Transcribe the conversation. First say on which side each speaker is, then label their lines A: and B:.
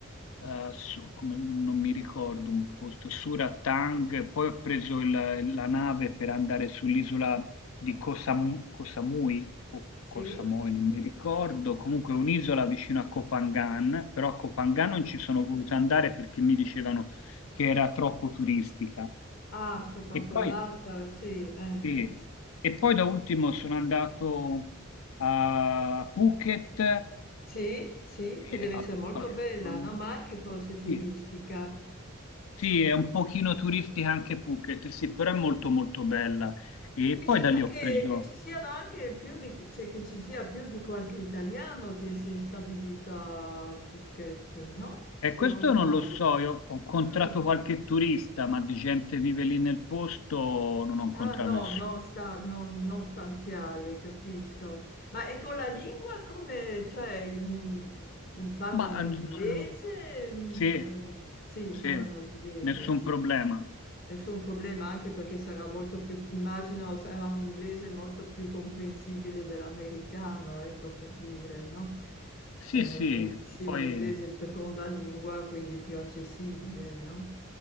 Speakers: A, on the left; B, on the left.
A: eh, su- come non, non mi ricordo, un posto, Surat Thang, poi ho preso il- la nave per andare sull'isola di Koh Sam- Koh Samui, o
B: Sì?
A: Koh Samui, non mi ricordo,
B: Mhm.
A: comunque un'isola vicino a Koh Phangan, però a Koh Phangan
B: Sì?
A: non ci sono voluto andare perché mi dicevano che era troppo turistica.
B: Ah, troppo affollata,
A: E poi,
B: sì, eh,
A: sì.
B: s-
A: E poi da ultimo sono andato a Phuket,
B: Sì, sì, che
A: e
B: deve
A: a
B: essere molto
A: Phuket.
B: bella, no? Ma anche forse turistica.
A: Sì, sì, è un pochino turistica anche Phuket, sì, però è molto molto bella. E
B: Sì, mi
A: poi
B: sembra
A: da lì ho
B: che,
A: preso...
B: che ci siano anche più di, cioè, che ci sia più di qualche italiano che si è stabilito a Phuket, no?
A: E
B: Se
A: questo
B: non sbaglio.
A: non lo so, io ho incontrato
B: Mm.
A: qualche turista, ma di gente che vive lì nel posto non ho incontrato
B: Ah, no,
A: nessuno.
B: non, sta, non, non stanziale, capisco. Ma e con la lingua come, cioè, mh, mh, parlano
A: Ma eh,
B: l'inglese?
A: non-
B: Mh,
A: sì,
B: eh, sì,
A: sì,
B: parlano l'inglese,
A: nessun
B: sì.
A: problema.
B: sì. Nessun problema, anche perché sarà molto più, immagino sarà un inglese molto più comprensibile dell'americano, ecco per dire, no?
A: Sì,
B: Eh,
A: sì,
B: un- sì,
A: poi
B: un inglese seconda lingua, quindi più accessibile, no?